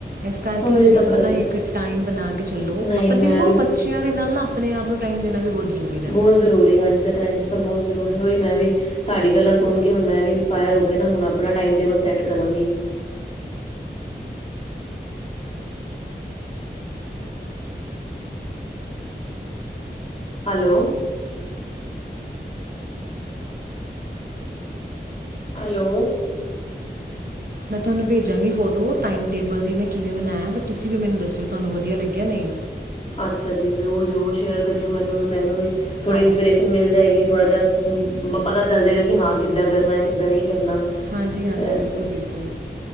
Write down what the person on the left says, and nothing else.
ਉਹੀ
ਤਾਂ
ਗੱਲ ਹੈ
ਨਹੀਂ
ਮੈਂ
ਵੀ ਬ
ਬਹੁਤ ਜ਼ਰੂਰੀ ਅੱਜ ਦੇ ਟਾਈਮ ਚ ਤਾਂ ਬਹੁਤ ਜ਼ਰੂਰੀ ਮੈਂ ਵੀ ਤੁਹਾਡੀ ਗੱਲਾਂ ਸੁਣ ਕੇ ਹੁਣ ਮੈਂ ਵੀ ਇੰਸਪਾਇਰ ਹੋ ਕੇ ਨਾ ਹੁਣ ਆਪਣਾ ਟਾਈਮ ਟੇਬਲ ਸੈਟ ਕਰਾਂਗੀ। <inaudible> ਹੈਲੋ। ਹੈਲੋ।
ਅੱਛਾ ਜੀ, ਜ਼ਰੂਰ ਜ਼ਰੂਰ ਸ਼ੇਅਰ ਕਰਿਓ ਮੈਨੂੰ ਵੀ ਮੈਨੂੰ ਵੀ ਥੋੜ੍ਹੀ
ਇੰਸਪੀਰੇਸ਼ਨ ਮਿਲ ਜਾਏਗੀ। ਥੋੜ੍ਹਾ ਜਾ ਪਤਾ ਚੱਲ ਜੇਗਾ ਕਿ ਹਾਂ ਕਿੱਦਾਂ ਕਰਨਾ ਕਿੱਦਾਂ ਨਹੀਂ ਕਰਨਾ।
ਤੇ